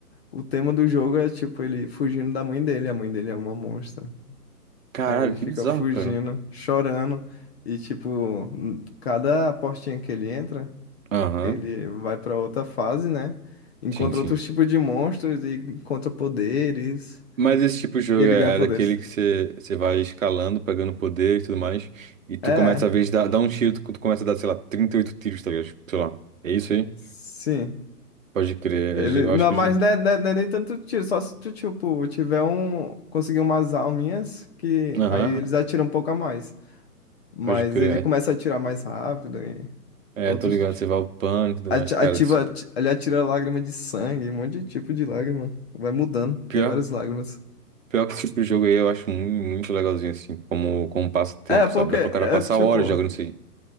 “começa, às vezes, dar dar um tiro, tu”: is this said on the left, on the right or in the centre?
Right